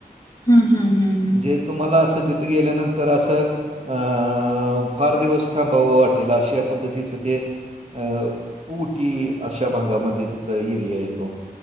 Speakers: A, on the left; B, on the right.
A: हम्म हम्म, हम्म हम्म.
B: म्हणजे तुम्हाला असं तिथं गेल्यानंतर असं अं फार दिवस. थांबावं वाटेल अशा पद्धतीचं ते अ ऊटी अशा भागामध्ये ते थ एरिया आहे तो.